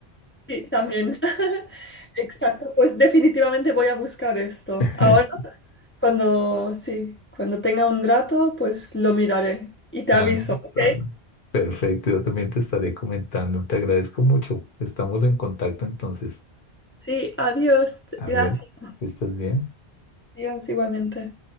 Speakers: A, on the left (about 20°); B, on the left (about 55°).
A: Sí, también. <laughs> Exacto. Pues definitivamente voy a buscar esto.
B: <laughs>
A: Ahora, cuando sí, cuando tenga un rato, pues lo miraré y te
B: Ah,
A: aviso, ¿ok?
B: ah, perfecto, yo también te estaré comentando. Te agradezco mucho. Estamos en contacto entonces.
A: Sí, adiós.
B: Adiós,
A: Gracias.
B: que estés bien.
A: Adiós igualmente.